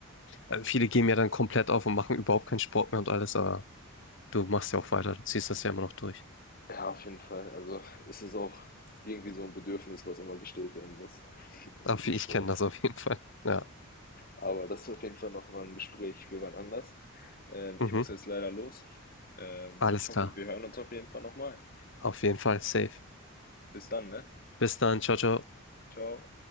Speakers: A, on the left (about 55°); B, on the left (about 40°).
A: äh, viele geben ja dann komplett auf und machen überhaupt keinen Sport mehr und alles, aber du machst ja auch weiter, du ziehst das ja immer noch durch.
B: Ja, auf jeden Fall. Also es ist auch irgendwie so ein Bedürfnis, was immer gestillt werden muss <laughs> mit
A: Aber
B: dem
A: ich
B: Sport.
A: kenne das auf jeden Fall. Ja,
B: Aber das ist auf jeden Fall noch mal ein Gespräch für wann anders. Ähm,
A: mhm,
B: ich muss jetzt leider los. Ähm,
A: alles
B: ich hoffe,
A: klar.
B: wir hören uns auf jeden Fall nochmal.
A: Auf jeden Fall, safe.
B: Bis dann, ne?
A: Bis dann, ciao, ciao.
B: Ciao.